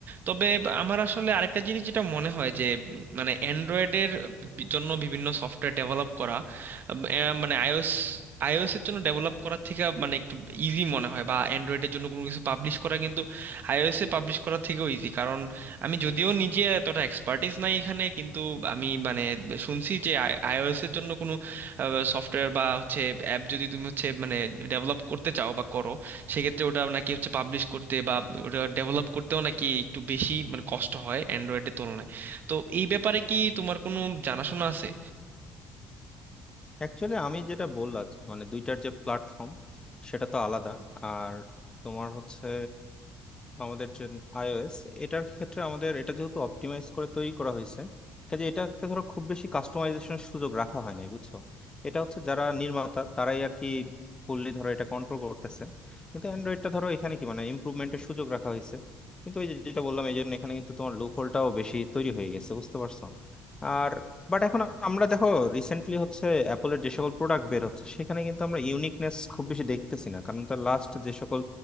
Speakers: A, on the right; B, on the left.
A: তবে আমার আসলে আরেকটা জিনিস যেটা মনে হয় যে উম, মানে অ্যান্ড্রয়েডের জন্য বিভিন্ন সফটওয়্যার ডেভেলপ করা উম, আহ, মানে আইওএস আইওএস এর জন্য ডেভেলপ করার থেকে মানে একটু ইজি মনে হয় বা অ্যান্ড্রয়েডের জন্য কোনো কিছু পাবলিশ করা কিন্তু আইওএস এ পাবলিশ করার থেকেও ইজি কারণ আমি যদিও নিজে এতটা এক্সপার্টিস নাই এখানে কিন্তু আমি মানে শুনছি যে আইওএস এর জন্য কোনো সফটওয়্যার বা হচ্ছে অ্যাপ যদি তুমি হচ্ছে মানে ডেভেলপ করতে চাও বা করো সেক্ষেত্রে ওটা নাকি হচ্ছে পাবলিশ করতে বা ওটা ডেভেলপ করতেও নাকি একটু বেশি মানে কষ্ট হয় অ্যান্ড্রয়েডের তুলনায় তো এই ব্যাপারে কি তোমার কোনো জানাশোনা আছে
B: অ্যাকচুয়ালি আমি যেটা বললাম যে মানে দুইটার যে প্ল্যাটফর্ম সেটা তো আলাদা আর তোমার হচ্ছে আমাদের যে iOS এটার ক্ষেত্রে আমাদের এটা যেহেতু অপটিমাইজ করে তৈরি করা হয়েছে কাজে এটাতে ধরো খুব বেশি কাস্টমাইজেশনের সুযোগ রাখা হয় নাই বুঝছো এটা হচ্ছে যারা নির্মাতা তারাই আর কি ফুললি ধরো এটা কন্ট্রোল করতেছে কিন্তু অ্যান্ড্রয়েডটা ধরো এখানে কি মানে ইমপ্রুভমেন্টের সুযোগ রাখা হয়েছে কিন্তু এই যে যেটা বললাম এই জন্য এখানে কিন্তু তোমার লুপ হোলটাও বেশি তৈরি হয়ে গেছে বুঝতে পারছো আর বাট এখন আমরা দেখো রিসেন্টলি হচ্ছে অ্যাপলের যে সকল প্রোডাক্ট বের হচ্ছে সেখানে কিন্তু আমরা ইউনিকনেস খুব বেশি দেখতেছি না কারণ তার লাস্ট যে সকল